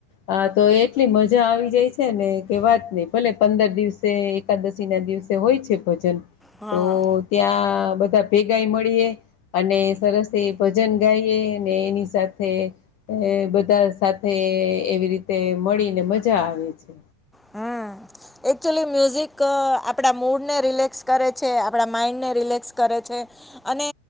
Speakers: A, on the left; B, in the centre.
A: હા તો એટલી મજા આવી જાય છે ને કે વાત નઈ ભલે પંદર દિવસે એકાદશી ના દિવસે હોય છે ભજન
B: હા
A: તો ત્યાં બધા ભેગાય મળીએ અને સરસ એ ભજન ગાઈએ અને એની સાથે બધા તે એવી રીતે મળીને મજા આવે છે.
B: હા એકક્ચુલી મ્યુઝિક આપણા મૂડને રિલેક્સ કરે છે આપણા માઇન્ડને રિલેક્સ કરે છે. અને